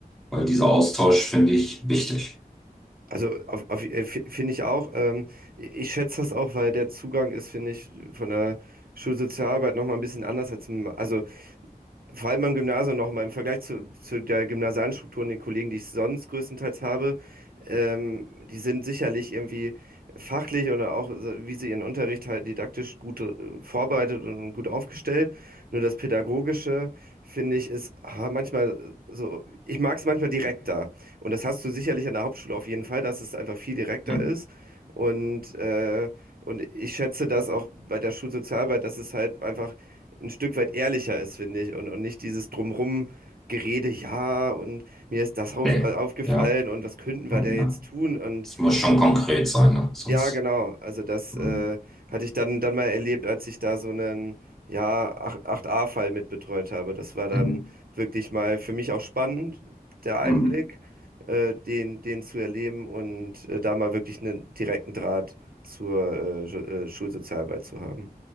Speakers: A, in the centre; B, on the right (about 70°).
A: Weil dieser Austausch finde ich wichtig.
B: Also auf, auf, äh, fi- finde ich auch, ähm, ich schätze das auch, weil der Zugang ist, finde ich, von der Schulsozialarbeit nochmal ein bisschen anders als, im- also vor allem beim Gymnasium nochmal im Vergleich zu, zu der gymnasialen Struktur und den Kollegen, die ich sonst größtenteils habe, ähm, die sind sicherlich irgendwie fachlich oder auch, so, wie sie ihren Unterricht halt didaktisch gut äh, vorbereitet und gut aufgestellt. Nur das Pädagogische, finde ich, ist ah, manchmal so, ich mag es manchmal direkter. Und das hast du sicherlich an der Hauptschule auf jeden Fall, dass es einfach viel direkter
A: Hm.
B: ist. Und äh, und ich schätze das auch bei der Schulsozialarbeit, dass es halt einfach ein Stück weit ehrlicher ist, finde ich, und, und nicht dieses drumherum gerede ja, und mir ist das auf,
A: Nee,
B: äh, aufgefallen
A: ja.
B: und was könnten
A: Ja.
B: wir da jetzt tun? Und
A: Es muss schon konkret sein, ne? Sonst.
B: ja, genau. Also das
A: Hm.
B: äh, hatte ich dann, dann mal erlebt, als ich da so einen ja, acht 8a-Fall mitbetreut habe. Das war dann
A: Hm.
B: wirklich mal für mich auch spannend, der Einblick,
A: Hm.
B: äh, den, den zu erleben und äh, da mal wirklich einen direkten Draht zur äh, Ju- äh, Schulsozialarbeit zu haben.